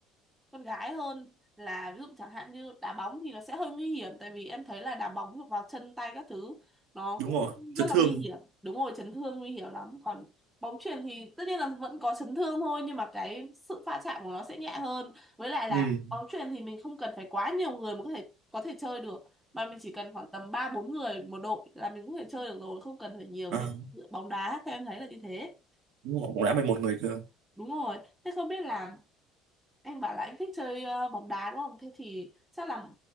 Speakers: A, in the centre; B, on the right (about 75°).
A: con gái hơn là ví dụ chẳng hạn như đá bóng thì nó sẽ hơi nguy hiểm tại vì em thấy là đá bóng vào chân tay các thứ nó
B: đúng
A: cũng
B: rồi, chấn
A: rất là
B: thương.
A: nguy hiểm đúng rồi chấn thương nguy hiểm lắm còn bóng chuyền thì tất nhiên là vẫn có chấn thương thôi nhưng mà cái sự va chạm của nó sẽ nhẹ hơn với lại là
B: ừ
A: bóng chuyền thì mình không cần phải quá nhiều người mà có thể có thể chơi được mà mình chỉ cần khoảng tầm ba bốn người một đội là mình cũng có thể chơi được rồi không cần phải nhiều
B: À,
A: như bóng đá theo em thấy là như thế
B: đúng rồi, cũng đã 11 người cơ.
A: đúng rồi thế không biết là anh bảo là anh thích chơi ờ, bóng đá đúng không? Thế thì chắc là